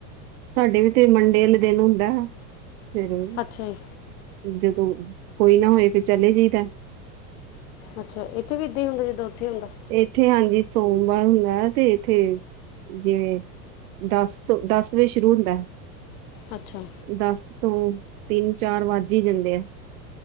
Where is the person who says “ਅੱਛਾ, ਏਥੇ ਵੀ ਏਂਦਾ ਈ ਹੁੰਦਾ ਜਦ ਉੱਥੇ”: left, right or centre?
Left